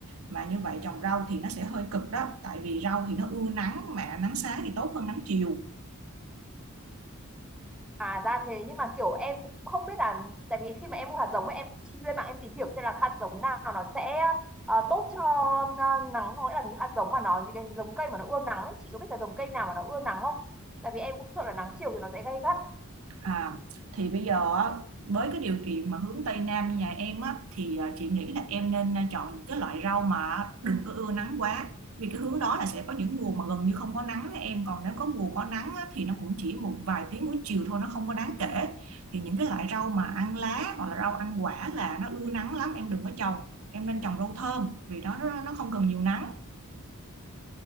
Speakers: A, on the right; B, in the centre.
A: mà như vậy trồng rau thì nó sẽ hơi cực đó tại vì rau thì nó ưa nắng mà nắng sáng thì tốt hơn nắng chiều
B: à ra thế nhưng mà kiểu em cũng không biết là tại vì khi mà em mua hạt giống ấy, em cũng chi lên mạng em tìm hiểu xem là hạt giống nào nó sẽ ờ, tốt cho ờ, nắng có nghĩa là những hạt giống mà nó những cái giống cây mà nó ưa nắng ấy chị có biết là giống cây nào mà nó ưa nắng không tại vì em cũng sợ là nắng chiều thì nó sẽ gay gắt
A: À, thì bây giờ á, với cái điều kiện mà hướng Tây Nam như nhà em á thì à, chị nghĩ là em nên à, chọn những cái loại rau mà đừng có ưa nắng quá vì cái hướng đó là sẽ có những mùa mà gần như không có nắng đấy em còn nếu có mùa có nắng á, thì nó cũng chỉ một vài tiếng buổi chiều thôi nó không có đáng kể thì những cái loại rau mà ăn lá hoặc là rau ăn quả là nó ưa nắng lắm em đừng có trồng em nên trồng rau thơm vì nó nó nó không cần nhiều nắng